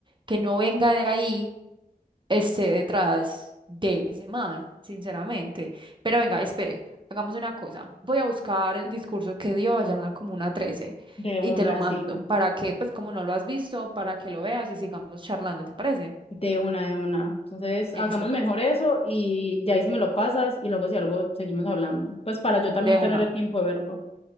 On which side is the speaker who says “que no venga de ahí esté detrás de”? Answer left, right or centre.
Right